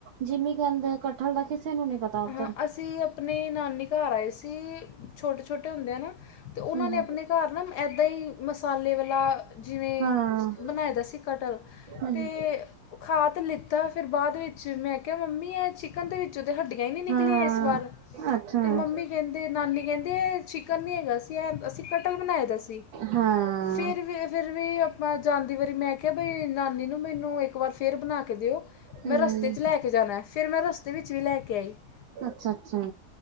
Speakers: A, on the right (about 80°); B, on the left (about 70°).
A: ਜਿਮੀ ਕੰਦ ਕਠਹਲ ਦਾ ਕਿਸੇ ਨੂੰ ਨੀ ਪਤਾ ਉੱਧਰ
B: ਹਾਂ ਅਸੀਂ ਅਪਨੇ ਨਾਨੀ ਘਰ ਆਏ ਸੀ, ਛੋਟੇ ਛੋਟੇ ਹੁੰਦੇ ਆ ਨਾ ਤੇ ਉਹਨਾਂ
A: ਹੂੰ
B: ਨੇ ਆਪਨੇ ਘਰ ਨਾ ਏਦਾ ਈ ਮਸਾਲੇ ਵਾਲਾ ਜਿਵੇਂ
A: ਹਾਂ
B: ਬਨਾਆ ਦਾ ਸੀ ਕਟਹਲ
A: ਹੂੰ
B: ਤੇ ਖਾ ਤੇ ਲਿੱਤਾ ਫਿਰ ਬਾਅਦ ਵਿੱਚ ਮੈਂ ਕਿਹਾ ਮੰਮੀ ਇਹ ਚਿਕਨ ਦੇ ਵਿੱਚੋਂ ਤੇ ਹੱਡੀ ਐਨੀ ਨਿਕਲੀ
A: ਹਾਂ
B: ਏਸ ਵਾਰ
A: ਅੱਛਾ
B: ਤੇ ਮੰਮੀ ਕਹਿੰਦੇ ਨਾਨੀ ਕਹਿੰਦੇ ਏ ਚਿਕਨ ਨਹੀਂ ਹੈਗਾ ਸੀ ਇਹ ਅਸੀਂ ਕਟਹਲ ਬਨਾਆ ਦਾ ਸੀ
A: ਹਾਂ
B: ਫਿਰ ਵੀ ਅ ਫਿਰ ਵੀ ਆਪਾਂ ਜਾਂਦੀ ਵਾਰੀ ਮੈਂ ਕਿਹਾ ਬਈ ਨਾਨੀ ਨੂੰ ਮੈਨੂੰ ਇੱਕ ਵਾਰ ਫੇਰ ਬਨਾ ਕੇ ਦੇਓ
A: ਹੂੰ
B: ਮੈਂ ਰਸਤੇ ਚ ਲੈ ਕੇ ਜਾਨਾ ਫੇਰ ਮੈਂ ਰਸਤੇ ਵਿੱਚ ਵੀ ਲੈ ਕੇ <inaudible>
A: ਅੱਛਾ ਅੱਛਾ